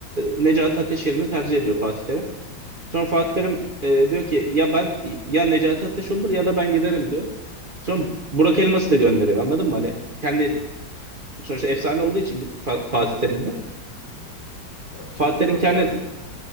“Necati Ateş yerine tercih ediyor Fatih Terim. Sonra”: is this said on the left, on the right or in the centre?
Right